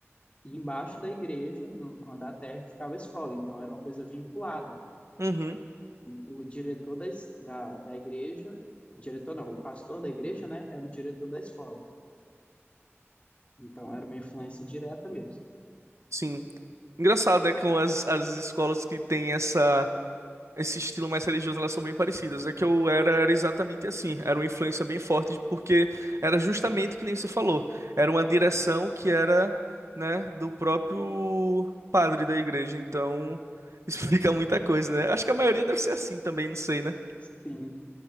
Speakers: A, on the left; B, on the right.
A: e embaixo da igreja, no, no andar térreo, ficava a escola. Então era uma coisa vinculada.
B: Uhum.
A: O, o diretor da, es- da, da igreja, o diretor não, o pastor da igreja, né, era o diretor da escola. Então era uma influência direta mesmo.
B: Sim. Engraçado, né? Com as, as escolas que têm essa. Esse estilo mais religioso, elas são bem parecidas. É que eu era, era exatamente assim. Era uma influência bem forte, porque era justamente que nem você falou. Era uma direção que era, né, do próprio padre da igreja. Então, <laughs> explica muita coisa, né? Acho que a maioria deve ser assim também, não sei, né?
A: Sim.